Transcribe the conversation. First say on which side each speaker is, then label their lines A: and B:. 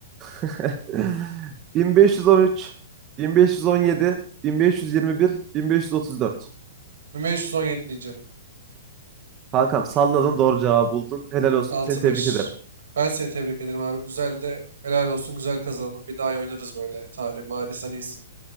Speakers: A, on the right (about 25°); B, on the right (about 80°).
A: <laughs> 1513, 1517, 1521, 1534.
B: 1517 diyeceğim.
A: Kankam salladın doğru cevabı buldun. Helal olsun.
B: Altı
A: Seni tebrik
B: beş.
A: ederim.
B: Ben seni tebrik ederim abi. Güzel de helal olsun güzel kazandın. Bir daha oynarız böyle. Tarih, Maalesef sen iyisin.